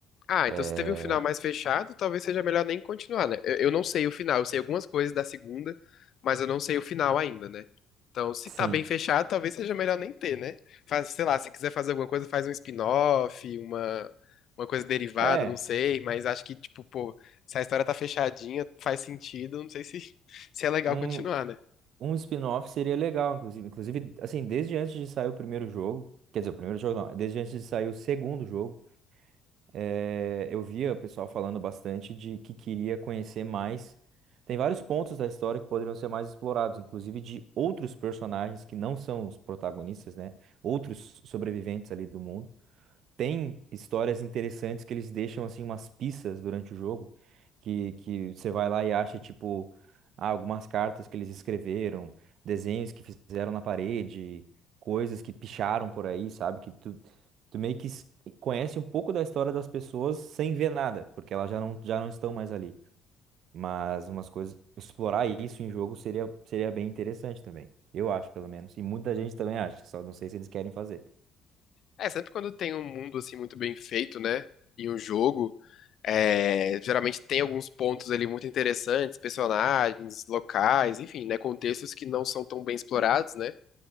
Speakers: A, on the left; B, on the right.
A: Ah,
B: É,
A: então se teve um final mais fechado, talvez seja melhor nem continuar, né? Eu, eu não sei o final, eu sei algumas coisas da segunda, mas eu não sei o final ainda, né? Então, se
B: sim.
A: tá bem fechado, talvez seja melhor nem ter, né? Faz, sei lá, se quiser fazer alguma coisa, faz um spin-off, uma, uma coisa derivada,
B: É,
A: não sei, mas acho que, tipo, pô, se a história tá fechadinha, faz sentido, não sei se, <laughs> se é legal
B: um,
A: continuar, né?
B: Um spin-off seria legal, inclusive. Inclusive, assim, desde antes de sair o primeiro jogo, quer dizer, o primeiro jogo não, desde antes de sair o segundo jogo, eh, eu via o pessoal falando bastante de que queria conhecer mais. Tem vários pontos da história que poderiam ser mais explorados, inclusive de outros personagens que não são os protagonistas, né? Outros sobreviventes ali do mundo tem histórias interessantes que eles deixam assim umas pistas durante o jogo que, que você vai lá e acha tipo ah, algumas cartas que eles escreveram, desenhos que fizeram na parede, coisas que picharam por aí, sabe? Que tu, tu meio que s- conhece um pouco da história das pessoas sem ver nada, porque elas já não, já não estão mais ali. Mas umas coisas, explorar isso em jogo seria, seria bem interessante também. Eu acho, pelo menos. E muita gente também acha, só não sei se eles querem fazer.
A: É, sempre quando tem um mundo assim muito bem feito, né? Em um jogo, é, geralmente tem alguns pontos ali muito interessantes, personagens, locais, enfim, né? Contextos que não são tão bem explorados, né?